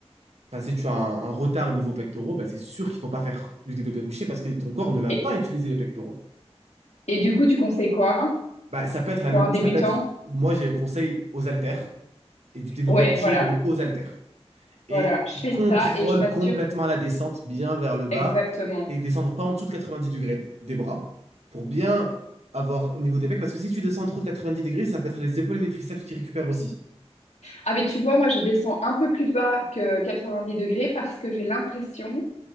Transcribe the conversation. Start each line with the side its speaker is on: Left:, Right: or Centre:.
Right: Enfin, si tu as un, un retard niveau pectoraux, bah, c'est sûr qu'il ne faut pas faire du développé couché parce que ton corps ne va
Left: Et,
Right: pas utiliser les pectoraux.
Left: et du coup, tu conseilles quoi
Right: Bah, ça peut être la
Left: pour
Right: même,
Left: un débutant?
Right: ça peut être, moi, j'ai conseil aux haltères et du développé
Left: Ouais,
Right: couché,
Left: voilà,
Right: mais aux, aux haltères. Et
Left: voilà, je
Right: tu
Left: fais
Right: contrôles
Left: ça et je m'assure
Right: complètement la descente bien vers le bas
Left: exactement.
Right: et descendre pas en dessous de 90 degrés des bras pour bien avoir au niveau des pecs. Parce que si tu descends trop de 90 degrés, ça peut être les épaules et les triceps qui récupèrent aussi.
Left: Ah mais tu vois, moi je descends un peu plus bas que 90 degrés parce que j'ai l'impression,